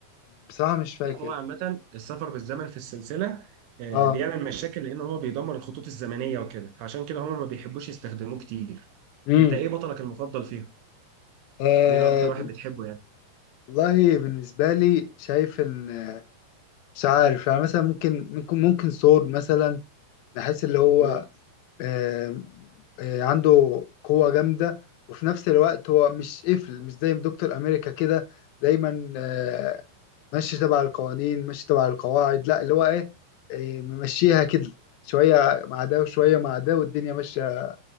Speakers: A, on the left (about 85°); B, on the right (about 75°).
A: بصراحة مش فاكر
B: لا هو عامة السفر بالزمن في السلسلة آه،
A: اه
B: بيعمل مشاكل لأن هو بيدمر الخطوط الزمنية وكده فعشان كده هم ما بيحبوش يستخدموه كتير
A: امم
B: انت ايه بطلك المفضل فيهم
A: آه
B: مين اكتر واحد بتحبه يعني
A: والله بالنسبة لي شايف إن آه، مش عارف يعني مثلا ممكن ممكن ممكن سور مثلا بحيث اللي هو
B: مم.
A: آه آه عنده قوة جامدة وفي نفس الوقت هو مش قفل مش زي دكتور أمريكا كده دايما آه ماشي تبع القوانين ماشي تبع القواعد لا اللي هو إيه آه ممشيها كده شوية مع ده وشوية مع ده والدنيا ماشية